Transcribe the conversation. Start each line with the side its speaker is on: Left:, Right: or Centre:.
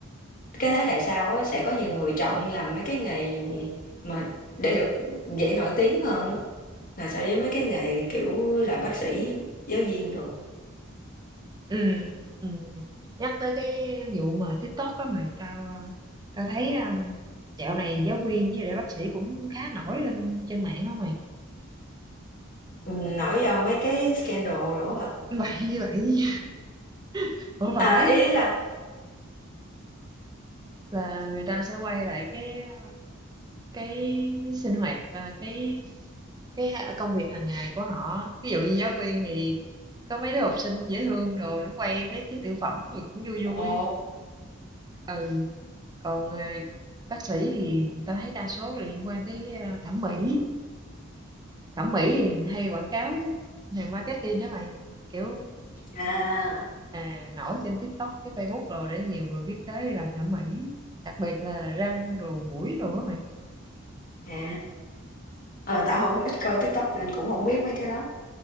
Left: cái thế hệ sau á, sẽ có nhiều người chọn làm mấy cái nghề mà để được dễ nổi tiếng hơn á, là so với mấy cái nghề, kiểu, làm bác sĩ, giáo viên đồ.
Right: Ừ, ừ. Nhắc tới cái vụ mà TikTok đó mày tao ờ, tao thấy um, dạo này giáo viên với lại bác sĩ cũng khá nổi lên trên mạng không mày
Left: Ừm, nổi do mấy cái scandal đồ hả?
Right: <laughs> vậy như vậy <laughs> không phải
Left: À, ý ý là
Right: là người ta sẽ quay lại cái ờ, cái sinh hoạt ờ, cái cái ha- công việc hàng ngày của họ ví dụ như giáo viên thì có mấy đứa học sinh dễ thương rồi nó quay mấy cái tiểu phẩm rồi cũng vui
Left: ồ,
Right: vui ừ còn ờ, bác sĩ thì tao thấy đa số là liên quan tới ờ, thẩm mỹ thẩm mỹ thì hay quảng cáo này marketing đó mày kiểu
Left: à,
Right: à, nổi trên TikTok cái Facebook rồi để nhiều người biết tới đi làm thẩm mỹ đặc biệt là răng đồ mũi đồ đó mày
Left: à. Ờ, tao không ít coi TikTok nên cũng không biết mấy cái đó.